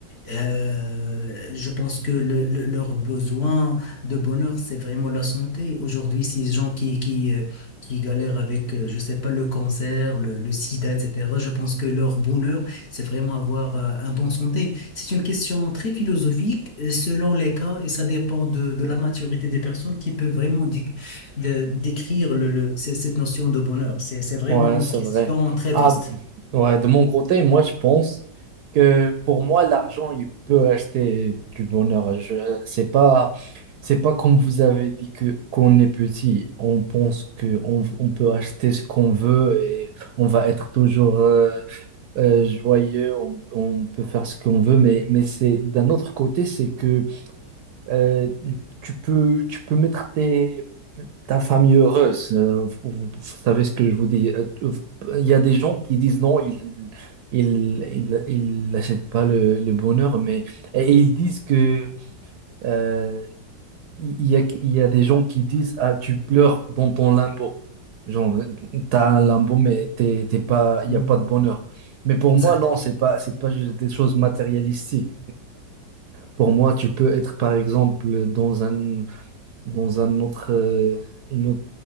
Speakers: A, on the left (about 40°); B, on the right (about 70°).
A: euh, je pense que le- le- leur besoin de bonheur, c'est vraiment la santé. Aujourd'hui, ces gens qui, qui, euh, qui galèrent avec, euh, je sais pas, le cancer, le, le sida, etc., je pense que leur bonheur, c'est vraiment avoir euh, un bon santé. C'est une question très philosophique, euh, selon les cas, et ça dépend de, de la maturité des personnes qui peuvent vraiment dic- de- décrire le, le- c- cette notion de bonheur. C'est, c'est vraiment
B: Ouais,
A: une
B: c'est
A: question
B: vrai.
A: très
B: Ah,
A: vaste.
B: ouais, de mon côté, moi, je pense que pour moi, l'argent, il peut acheter du bonheur. Je, c'est pas, c'est pas comme vous avez dit que qu'on est petit, on pense que on, on peut acheter ce qu'on veut et on va être toujours euh, euh, joyeux, on, on peut faire ce qu'on veut. Mais, mais c'est d'un autre côté, c'est que euh, tu peux, tu peux mettre tes ta famille heureuse. euh, vous, vous- vous savez ce que je vous dis. Euh, Il y a des gens qui disent non, ils ils, ils, ils n'achètent pas le, le bonheur, mais et et ils disent que euh, il y a, il y a des gens qui disent ah tu pleures dans ton limbo. Genre t'as un limbo mais t'es, t'es pas, il
A: Mm.
B: y a pas de bonheur. Mais pour
A: Exact.
B: moi non, c'est pas c'est pas juste des choses matérialistiques. Pour moi, tu peux être par exemple dans un dans un autre, euh, une autre-